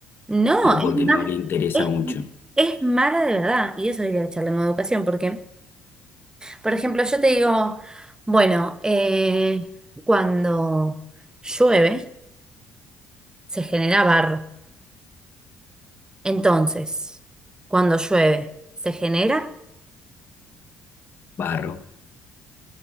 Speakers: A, on the right; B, on the left.
A: No,
B: o porque
A: es ma-
B: no le interesa
A: es,
B: mucho?
A: es mala de verdad. Y eso diría echarle en educación, porque, por ejemplo, yo te digo, bueno, eh, cuando llueve se genera barro. Entonces, cuando llueve se genera,
B: Barro. O